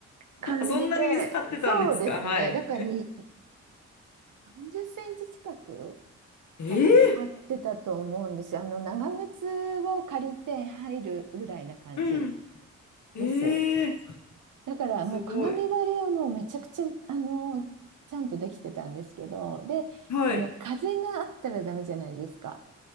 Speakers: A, on the right; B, on the left.
A: 感じで、
B: あそんなに水張ってたんですかはい。
A: そうですね。だからに、30センチ近く
B: ええ
A: 多分張ってたと思うんですよ。あの長靴を借りて入るぐらいな感じ
B: うん。
A: です。
B: ええ
A: だからもう鏡張りはもうめちゃくちゃあのちゃんとできてたんですけど、
B: すごい。
A: で、
B: はい。
A: あの風があったらダメじゃないですか。